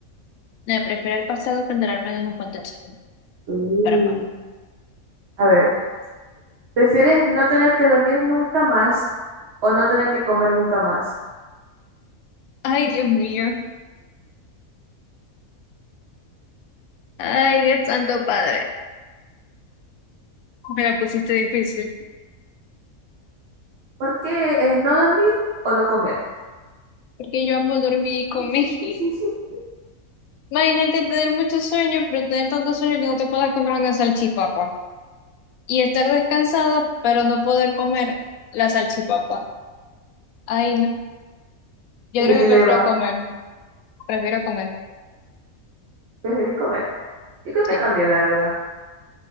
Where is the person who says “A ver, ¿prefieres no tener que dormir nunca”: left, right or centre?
Right